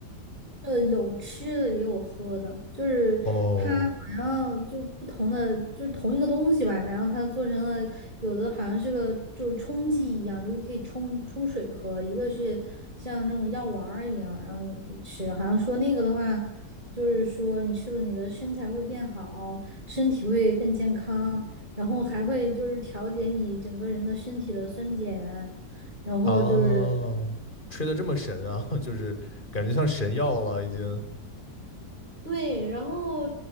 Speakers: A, on the right (about 25°); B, on the left (about 30°).
A: 呃，有吃的也有喝的，就是它好像就不同的，
B: 哦，
A: 就是同一个东西吧，然后它做成了有的好像是个就是冲剂一样，就是可以冲冲水喝，一个是像那种药丸儿一样，然后你可以吃，好像说那个的话，就是说你吃了你的身材会变好，身体会更健康，然后还会就是调节你整个人的身体的酸碱，然后就是。
B: 啊，吹得这么神啊，<laughs> 就是感觉像神药了已经。
A: 对，然后